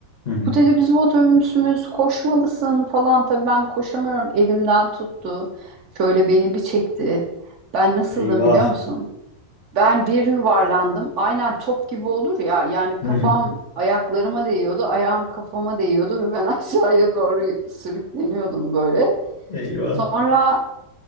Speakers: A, on the left; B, on the right.
A: Hı hı.
B: Bu dedi bizim otobüsümüz koşmalısın falan. Tabii ben koşamıyorum. Elimden tuttu. Şöyle beni bir çekti. Ben nasıldım
A: Eyvah.
B: biliyor musun? Ben bir yuvarlandım. Aynen top gibi olur ya. Yani kafam
A: Hı hı.
B: ayaklarıma değiyordu. Ayağım kafama değiyordu ve ben <laughs> aşağıya doğru sürükleniyordum böyle.
A: Eyvah.
B: Sonra